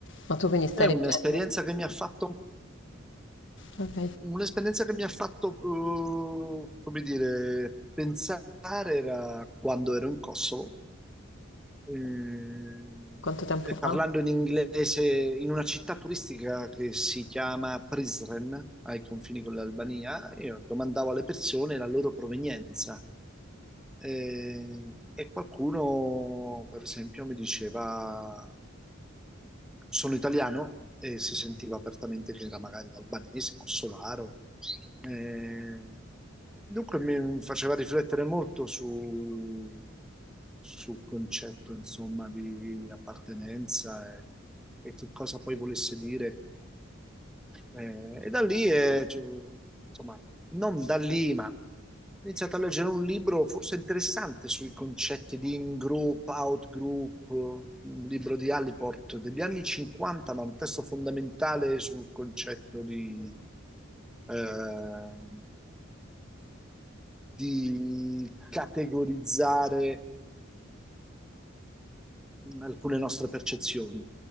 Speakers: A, on the left; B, in the centre.
A: Ma tu quindi stai
B: È un'esperienza
A: leggendo?
B: che mi ha fatto,
A: Ok,
B: un'esperienza che mi ha fatto, eh, come dire, pensare era quando ero in Kosovo, eh,
A: quanto tempo
B: e
A: fa?
B: parlando in inglese in una città turistica che si chiama Prizren, ai confini con l'Albania, io domandavo alle persone la loro provenienza. eh, e qualcuno, per esempio, mi diceva sono italiano e si sentiva apertamente che era magari albanese, kosovaro. Eh, dunque mi faceva riflettere molto su, sul concetto, insomma, di appartenenza e, e che cosa poi volesse dire eh, e da lì, eh, ci- insomma, non da lì, ma ho iniziato a leggere un libro forse interessante sui concetti di in-group, out-group, un libro di Allport degli anni 50, ma un testo fondamentale sul concetto di, eh, di categorizzare mh, alcune nostre percezioni.